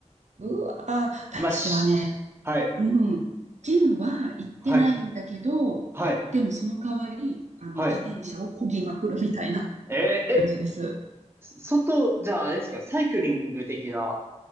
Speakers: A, on the right; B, on the right.
A: うわ、私はね、
B: まあ、しはい。
A: うん、ジムは行ってないんだけど、
B: はい。はい。
A: でもその代わり、あの、
B: はい。
A: 自転車を漕ぎまくるみたいな
B: えーえ、
A: 感じです。
B: 外、じゃああれですか、サイクリング的な